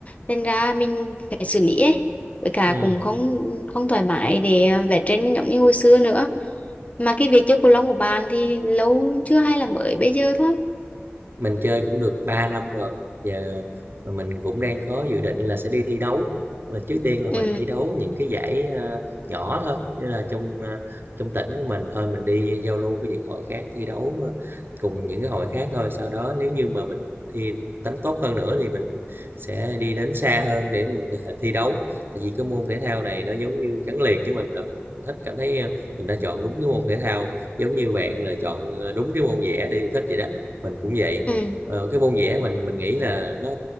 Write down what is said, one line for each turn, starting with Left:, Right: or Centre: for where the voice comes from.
Left: nên ra mình phải xử lý ấy với cả
Right: Ừ.
Left: cũng không không thoải mái để vẽ tranh giống như hồi xưa nữa mà cái việc chơi cầu lông của bạn thì lâu chưa hay là mới bây giờ thôi
Right: Mình chơi cũng được 3 năm rồi. Giờ mình cũng đang có dự định là sẽ đi thi đấu. mình trước tiên là
Left: ừ
Right: mình thi đấu những cái giải ờ, nhỏ thôi, như là trong ờ, trong tỉnh của mình thôi, mình đi giao lưu với những hội khác thi đấu ờ, cùng những cái hội khác thôi. Sau đó nếu như mà mình thi đánh tốt hơn nữa thì mình sẽ đi đến xa hơn để mình <laughs> thi đấu. Tại vì cái môn thể thao này nó giống như gắn liền với mình rồi. Mình thích cảm thấy ờ, mình đã chọn đúng cái môn thể thao, giống như bạn là chọn ờ, đúng cái môn vẽ đi thích vậy đó. Mình cũng vậy.
Left: ừ
Right: Ờ, cái môn vẽ mình mình nghĩ là nó